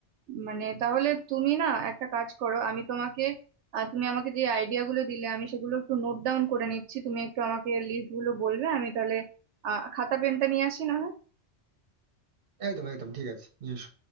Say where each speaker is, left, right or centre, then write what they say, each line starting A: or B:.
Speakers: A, on the right; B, on the right.
A: মানে তাহলে তুমি না একটা কাজ করো আমি তোমাকে আহ, তুমি আমাকে যে আইডিয়া গুলো দিলে আমি সেগুলো একটু নোট ডাউন করে নিচ্ছি তুমি একটু আমাকে লিস্ট গুলো বলবে আমি তাহলে আহ খাতা পেনটা নিয়ে আসি না হয়?
B: একদম একদম ঠিক আছে নিয়ে এসো।